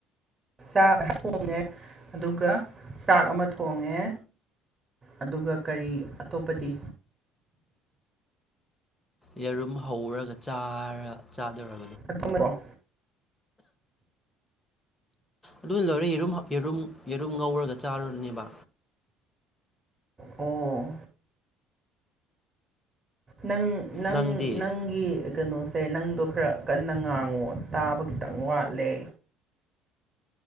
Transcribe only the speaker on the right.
ꯆꯥꯛ ꯊꯣꯡꯉꯦ ꯑꯗꯨꯒ ꯆꯥꯛ ꯑꯃ ꯊꯣꯡꯉꯦ ꯑꯗꯨꯒ ꯀꯔꯤ ꯑꯇꯣꯞꯄꯗꯤ
ꯠꯇꯣꯃꯦꯣ <unintelligible>
ꯑꯣ ꯅꯪ ꯅꯪ
ꯅꯪꯒꯤ ꯀꯩꯅꯣꯁꯦ ꯅꯪꯗꯣ ꯈꯔ ꯀꯟꯅ ꯉꯥꯡꯉꯣ ꯇꯥꯕ ꯈꯤꯇꯪ ꯋꯥꯠꯂꯦ